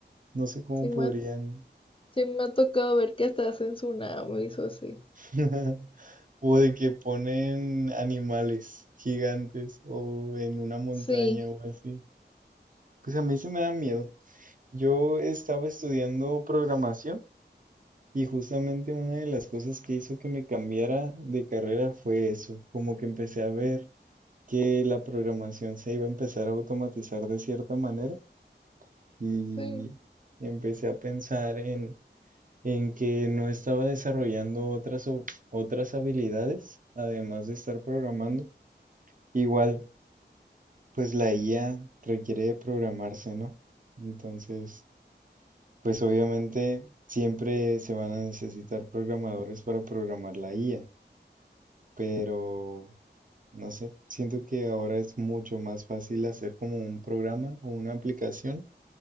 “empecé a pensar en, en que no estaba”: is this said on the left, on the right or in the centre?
Right